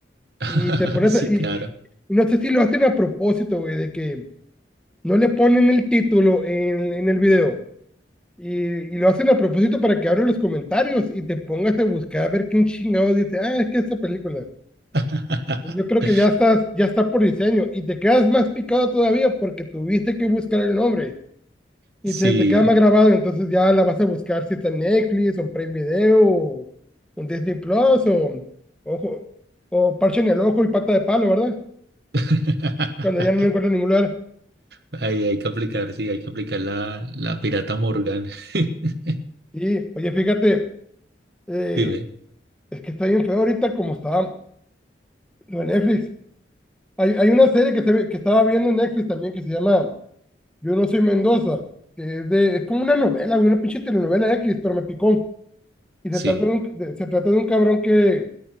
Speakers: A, on the right; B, in the centre.
A: <laughs>
B: Y te pones,
A: Sí,
B: a- y,
A: claro.
B: y no sé si lo hacen a propósito, güey, de que no le ponen el título en, en el video. Y, y lo hacen a propósito para que abran los comentarios y te pongas a buscar a ver quién chingado dice, ah, es que esta película.
A: <laughs>
B: Yo creo que ya estás, ya está por diseño y te quedas más picado todavía porque tuviste que buscar el nombre y
A: Sí.
B: se te queda más grabado, entonces ya la vas a buscar si está en Netflix, o en Prime Video, o en Disney Plus, o, ojo, o parche en el ojo y pata de palo, ¿verdad?
A: <laughs>
B: cuando ya no lo encuentro en ningún lugar.
A: Ahí hay que aplicar, sí, hay que aplicar la, la pirata Morgan. <laughs>
B: Y, oye, fíjate, eh,
A: Dime,
B: es que está bien feo ahorita como está lo de Netflix. Hay, hay una serie que, se ve- que estaba viendo en Netflix también que se llama Yo no soy Mendoza, que es, de, es como una novela, güey, una pinche telenovela X, pero me picó. Y se
A: sí.
B: trata de un, de- se trata de un cabrón que,